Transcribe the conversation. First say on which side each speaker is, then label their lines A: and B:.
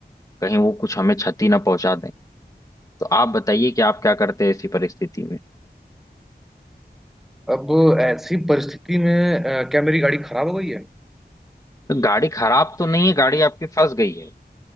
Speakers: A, on the left; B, in the centre.
A: कहीं वो कुछ हमें क्षति ना पहुंचा दें तो आप बताइए कि आप क्या करते हैं ऐसी परिस्थिति में
B: अब ऐसी परिस्थिति में अ, क्या मेरी गाड़ी खराब हो गई है
A: तो गाड़ी खराब तो नहीं है गाड़ी आपकी फंस गई है